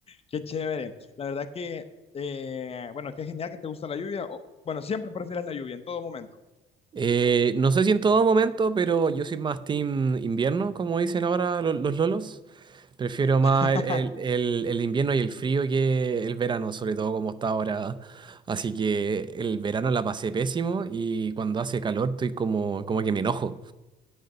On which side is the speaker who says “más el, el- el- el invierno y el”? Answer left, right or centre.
Right